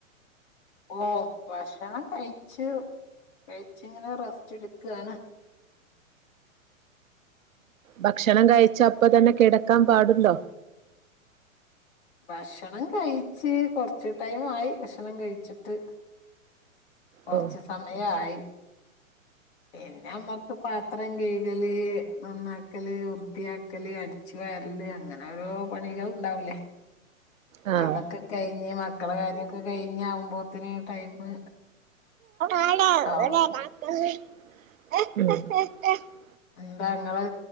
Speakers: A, on the left; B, on the right.
A: ഓ ഭക്ഷണം കഴിച്ചു കഴിച്ച് ഇങ്ങനെ റെസ്റ്റ് എടുക്കുകയാണ്.
B: ഭക്ഷണം കഴിച്ച അപ്പതന്നെ കിടക്കാൻ പാടുണ്ടോ?
A: ഭക്ഷണം കഴിച്ച് കൊറച്ച് ടൈം ആയി ഭക്ഷണം കഴിച്ചിട്ട് കൊർച്ച്
B: ഓ
A: സമയായി പിന്നമ്മക്ക് പാത്രം കഴ്കല് നന്നാക്കല് വൃത്തിയാക്കല് അടിച്ചു വാരല് അങ്ങനെ ന്നോരോ പണികളുണ്ടാവുലേ
B: ആ ആഹ്
A: അതൊക്കെ കഴിഞ്ഞ് മക്കള കാര്യൊക്കെ കഴിഞ്ഞ് ആകുമ്പോത്തിന് ടൈമ്
B: ആഹ്
A: ആവും.
B: <unintelligible> <inaudible>
A: എന്താ ഇങ്ങള്